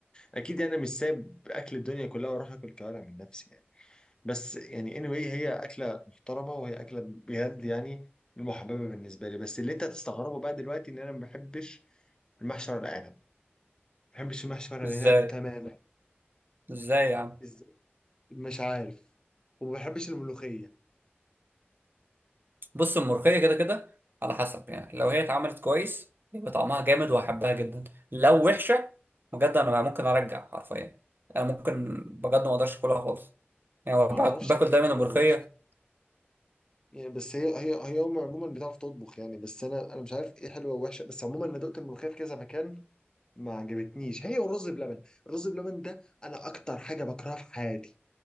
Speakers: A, on the left; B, on the right.
A: اكيد يعني مش سايب اكل الدنيا كلها واروح اكل كوارع من نفسي يعني بس يعني anyway هي اكله محترمه وهي اكله بجد يعني المحببه بالنسبه لي بس اللي انت هتستغربه بقى دلوقتي ان انا ما بحبش المحشي ورق العنب ما بحبش المحشي ورق
B: ازاي
A: العنب تماما
B: ازاي يا عم
A: ازاي مش عارف وما بحبش الملوخيه
B: بص الملوخيه كده كده على حسب يعني لو هي اتعملت كويس يبقى طعمها جامد وهحبها جدا لو وحشه بجد انا ممكن ارجع حرفيا انا ممكن بجد ما اقدرش اكلها خالص يعني بأ-
A: انا ما اعرفش
B: باكل
A: يعني ايه
B: دايما
A: حلوه
B: الملوخيه
A: ووحشه يعني بس هي هي هي هم عموما بتعرف تطبخ يعني بس انا انا مش عارف ايه حلوه ووحشه بس عموما انا دقت الملوخيه في كذا مكان ما عجبتنيش هي والرز بلبن الرز بلبن ده انا اكتر حاجه بكرهها في حياتي